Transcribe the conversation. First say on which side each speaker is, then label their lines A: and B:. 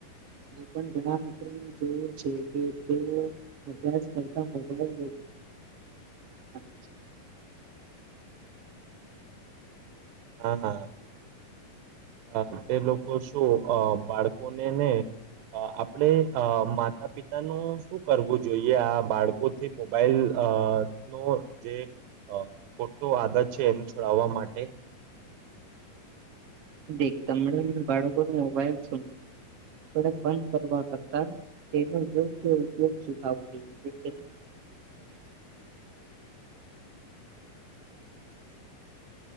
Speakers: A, on the right; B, on the right.
A: મે પણ ઘણા મિત્રોને જોયું છે કે તેઓ અભ્યાસ કરતા મોાઈલ <unintelligible>
B: હા અ તે લોકો શું બાળકોને ને આપણેે માતા પિતાનું શું કરવું જોઈએ આ બાળકોથી મોબાઈલ અ નો જે ખોટો આદત છે એને છોડાવવા માટે
A: દ તમને બાળકો ન મોબાઈલપ બંધ કરવા કરતા તેનો યોગ્ય ઉપયોગ શીખવો જોઈએ હમ